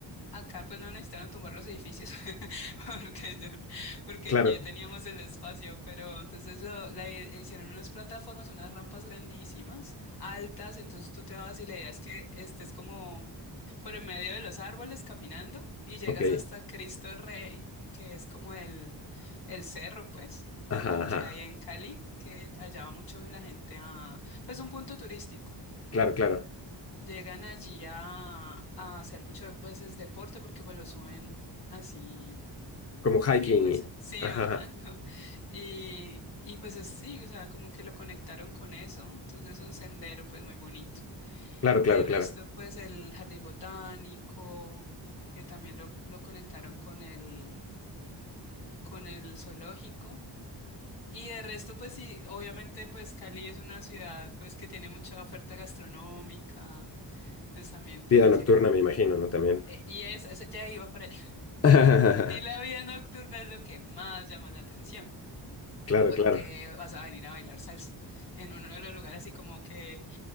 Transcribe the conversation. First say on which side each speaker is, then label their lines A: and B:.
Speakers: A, on the left; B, on the left.
A: Acá pues no necesitaron tumbar los edificios <laughs> porque, yo- porque
B: Claro,
A: aquí ya teníamos el espacio, pero entonces lo, la i- hicieron unas plataformas, unas rampas grandísimas, altas, entonces tú te vas y la idea es que estés como por en medio de los árboles caminando y llegas
B: ok.
A: hasta Cristo Rey, que es como el, el cerro pues, donde,
B: Ajá, ajá.
A: que hay en Cali, que allá va mucho la gente a, pues un punto turístico.
B: Claro, claro.
A: Llegan allí a, a hacer muchas veces deporte porque pues lo suben así
B: Como
A: a
B: hiking.
A: pie, pues
B: y-
A: <laughs> sí,
B: Ajá,
A: ajá,
B: ajá.
A: es como- Y, y pues es- sí, o sea, como que lo conectaron con eso, entonces un sendero pues muy bonito.
B: Claro, claro,
A: De resto,
B: claro.
A: pues el jardín botánico, que también lo, lo conectaron con el, con el zoológico. Y de resto, pues sí, obviamente pues Cali es una ciudad pues que tiene mucha oferta gastronómica, entonces también puedes
B: Vida nocturna,
A: ir a...
B: me imagino, ¿no? También.
A: Eh, Y es, eso ya iba para allá. <laughs>
B: <laughs>
A: Y la vida nocturna es lo que más llama la atención,
B: Claro,
A: porque
B: claro.
A: vas a venir a bailar salsa en uno de los lugares así como que,